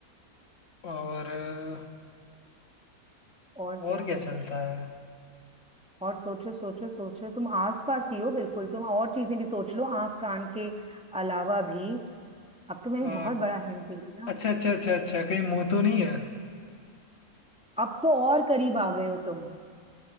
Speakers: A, on the left; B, in the centre.
A: और अ,
B: और क्या
A: और क्या
B: हो
A: चलता
B: सकता
A: है
B: और सोचो सोचो सोचो तुम आसपास ही हो बिल्कुल तुम और चीजें भी सोच लो आंख कान के अलावा भी अब तो मैंने
A: आ,
B: बहुत बड़ा हिंट दे दिया
A: अच्छा अच्छा अच्छा अच्छा कहीं मुंह तो नहीं है
B: अब तो और करीब आ गए हो तुम